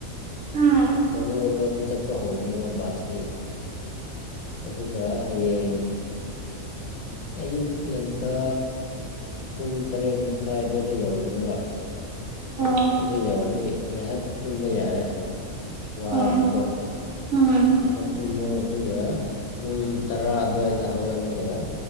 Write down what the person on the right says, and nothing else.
ꯎꯝ꯫
ꯑꯣ
ꯑꯣ ꯎꯝ